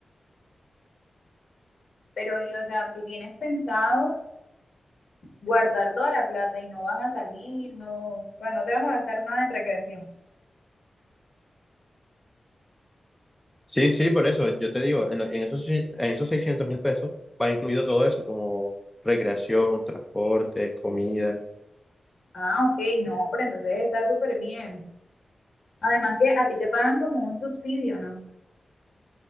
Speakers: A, on the left; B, in the centre.
A: Pero, y, o sea, tú tienes pensado guardar toda la plata y no vas a salir, no, bueno, no te vas a gastar nada en recreación.
B: Sí, sí, por eso yo te digo, en, lo- en esos, si- en esos 600 mil pesos va incluido todo eso, como recreación, transportes, comida.
A: Ah, ok, no, pero entonces está súper bien. Además que a ti te pagan como un subsidio, ¿no?